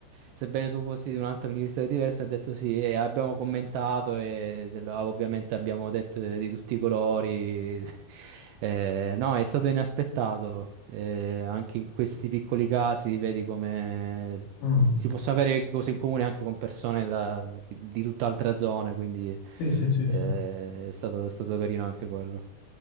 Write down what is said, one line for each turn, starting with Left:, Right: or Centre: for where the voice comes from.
Right: Sebbene tu fossi di un'altra università diversa, ha detto sì, e abbiamo commentato e del- ovviamente abbiamo detto di tutti i colori. <laughs> Eh, no, è stato inaspettato. Eh, anche in questi piccoli casi vedi come
Left: mm.
Right: si possono avere cose in comune anche con persone da- di tutt'altra zona, quindi
Left: Sì, sì, sì,
Right: eh,
Left: sì.
Right: è stato, è stato carino anche quello.